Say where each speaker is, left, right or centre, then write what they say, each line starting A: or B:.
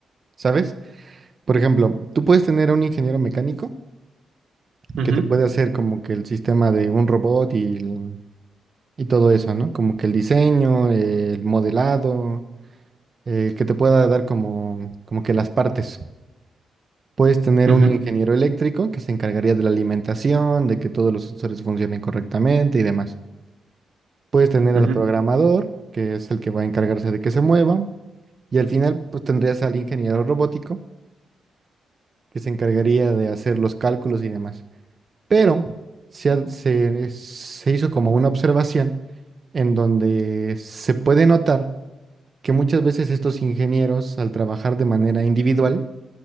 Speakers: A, on the right; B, on the right.
A: ¿sabes? Por ejemplo, tú puedes tener a un ingeniero mecánico
B: Ujú,
A: que te puede hacer como que el sistema de un robot y, el- y todo eso, ¿no? Como que el diseño, eh, el modelado, eh, que te pueda dar como, como que las partes. Puedes tener
B: ujú,
A: un ingeniero eléctrico que se encargaría de la alimentación, de que todos los sensores funcionen correctamente y demás. Puedes tener
B: ujú,
A: al programador, que es el que va a encargarse de que se mueva, y al final pues tendrías al ingeniero robótico, que se encargaría de hacer los cálculos y demás. Pero se, ha- se, se hizo como una observación en donde se puede notar que muchas veces estos ingenieros, al trabajar de manera individual,